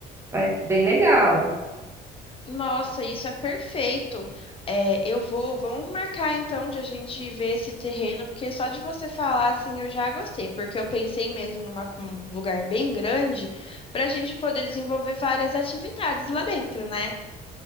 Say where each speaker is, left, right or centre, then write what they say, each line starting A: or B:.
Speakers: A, on the right (about 15°); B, on the left (about 35°).
A: Vai- Bem legal.
B: Nossa, isso é perfeito. É, eu vou, vamos marcar então de a gente ver esse terreno, porque só de você falar assim eu já gostei, porque eu pensei mesmo numa, um lugar bem grande para a gente poder desenvolver várias atividades lá dentro, né?